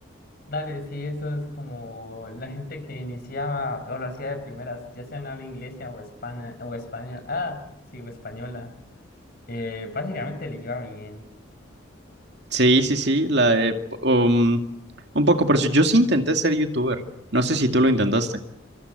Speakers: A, on the left; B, on the right.
A: Dale, sí, eso es como la gente que iniciaba o lo hacía de primeras, ya sea en habla inglesa o España, o España. Ah, sí, o española. Eh, básicamente le iba bien.
B: Sí, sí, sí, la de, um, un poco por eso. Yo sí intenté ser youtuber. No sé si tú lo intentaste.